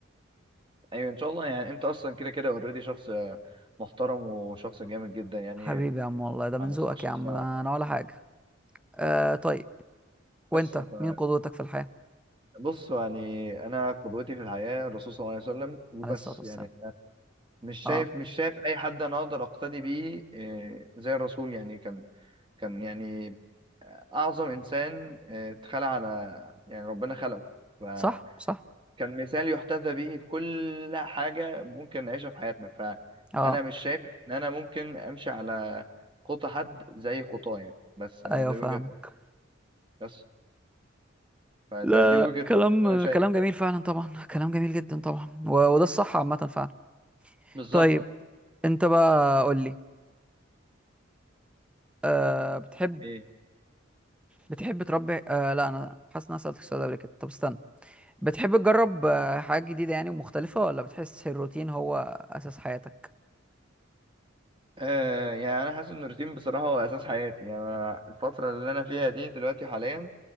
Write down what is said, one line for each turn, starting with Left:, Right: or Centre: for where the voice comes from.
Right: ايوه ان شاء الله يعني انت اصلا كده كده اوريدي شخص آه، محترم وشخص جامد جدا يعني
Centre: حبيبي يا عم والله ده من
Right: على
Centre: ذوقك
Right: مستوى الشخص
Centre: يا عم
Right: أنا-
Centre: انا أنا ولا حاجه آه طيب وانت
Right: بس ف-
Centre: مين قدوتك في الحياه
Right: بص يعني انا قدوتي في الحياه الرسول صلى الله عليه وسلم وبس
Centre: عليه الصلاه والسلام
Right: يعني أنا مش شايف
Centre: اه
Right: مش شايف اي حد انا اقدر اقتدي بيه آه، زي الرسول يعني كان كان يعني أعظم إنسان آه، اتخلق على يعني ربنا خلقه فكان
Centre: صح صح
Right: مثال يحتذى به في كل حاجة ممكن نعيشها في حياتنا فأنا
Centre: اه
Right: مش شايف إن أنا ممكن أمشي على خطى حد زي خطاه يعني بس أنا
Centre: ايوه
Right: دي
Centre: فاهمك
Right: وجهة نظري بس فده
Centre: لا
Right: دي وجهة
Centre: كلام
Right: نظري أنا شايف
Centre: كلام جميل
Right: يعني.
Centre: فعلا طبعا كلام جميل جدا طبعا و... وده الصح عامه فعلا
Right: بالظبط
Centre: طيب انت بقى قول لي آه بتحب
Right: ايه
Centre: بتحب تربي آه لا انا حاسس ان انا سالتك السؤال ده قبل كده طب استنى بتحب تجرب آه، حاجات جديدة يعني ومختلفة ولا بتحس الروتين هو أساس حياتك؟
Right: آه يعني أنا حاسس إن الروتين بصراحة هو أساس حياتي يعني أنا الفترة اللي أنا فيها دي دلوقتي حاليا